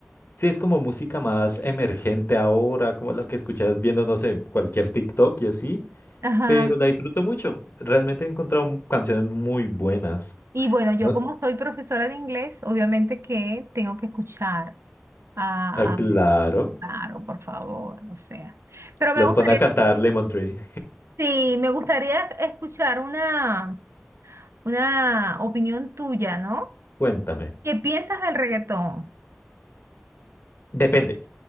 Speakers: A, on the left (about 50°); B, on the right (about 70°).
A: Sí, es como música más emergente ahora, como la que escuchas viendo, no sé, cualquier TikTok y así.
B: Ajá.
A: pero la disfruto mucho. Realmente he encontrado m- canciones muy buenas.
B: Y bueno, yo
A: ¿No?
B: como soy profesora de inglés, obviamente que tengo que escuchar a,
A: Ah, claro.
B: a- Claro, por favor, o sea. Pero me
A: Las
B: gustaría,
A: pone a cantar Lemon Tree.
B: sí, me gustaría escuchar una, una opinión tuya, ¿no?
A: Cuéntame.
B: ¿Qué piensas del reggaetón?
A: Depende.